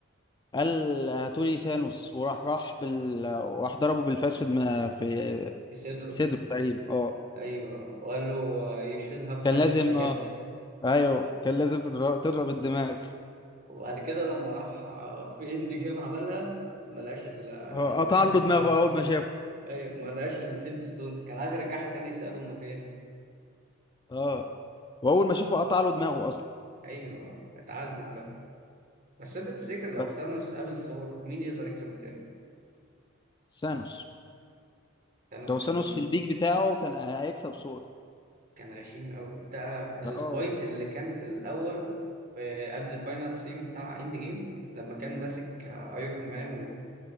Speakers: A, on the left; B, on the right.
A: قال هاتولي سانوس وراح راح بال وراح ضربه بالفاس في دماغ في
B: في صدره
A: صدره تقريبا اه
B: ايوه وقال له you should have
A: كان
B: target
A: لازم
B: the
A: اه
B: head
A: ايوه كان لازم تضرب تضرب الدماغ
B: وبعد كده لما راح في اند جيم عملها ما لقاش الفينيتي
A: اه قطع له
B: ستونز
A: دماغه اول ما شافه
B: ايوه ما لقاش الفينيتي ستونز كان عايز يرجعها تاني يسأله هما فين
A: اه واول ما شافه قطع له دماغه اصلا
B: ايوه اتعلم بقى بس انت تفتكر لو
A: بس
B: ثانوس قابل ثور مين يقدر يكسب تاني
A: سانوس
B: ثانوس
A: لو
B: كان
A: سانوس في البيك بتاعه كان هيكسب سور
B: كان غشيم قوي انت الفايت
A: اه
B: اللي كان في الاول في- قبل فاينل سين بتاع اند جيم لما كان ماسك ايرون مان